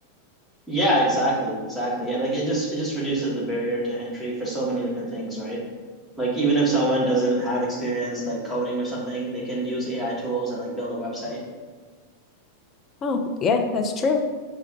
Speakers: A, in the centre; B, on the left (about 25°).
A: Yeah, exactly, exactly. And like it just it just reduces the barrier to entry for so many different things, right? Like even if someone doesn't have experience like coding or something, they can use AI tools and like build a website.
B: Oh, yeah, that's true.